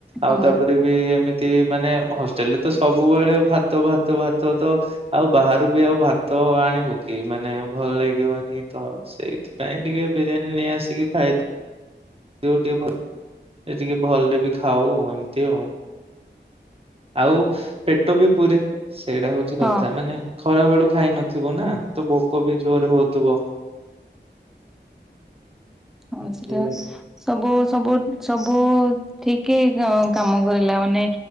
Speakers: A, in the centre; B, on the right (about 30°).
A: ହଁ
B: ଆଉ ତା'ପରେ ବି ଏମିତି ମାନେ ହଷ୍ଟେଲ୍ ରେ ତ ସବୁବଳେ ଭାତ ଭାତ ଭା ତ ତ ଆଉ ବାହାରୁ ବି ଆଉ ଭାତ ଆଣିବୁ। କି ମାନେ ଭଲ ଲାଗିବନି ତ, ସେଇଥିପାଇଁ ଟିକେ ବିରିୟାନୀ ନେଇ ଆସିକି ଖାଇ ଟିଓ ଟିଓ ଭଲ ରେ ଟିକେ ଭଲରେ ବି ଖାଉଁ, ଏମତି ଆଉଁ। ଆଉ ପେଟ ବି ପୁରେ। ସେଇଟା ହଉଚି
A: ହଁ
B: କଥା। ମାନେ ଖରା ବେଳୁ ଖାଇ ନଥିବୁ ନା, ତ ଭୋକ ବି ଜୋର ହଉଥୁବ।
A: ହଁ
B: ଏଥିଲାଗି
A: ସେଟା ସବୁ ସବୁ ସବୁ ଠିକି କାଁ -କାମ କରିଲା ମାନେ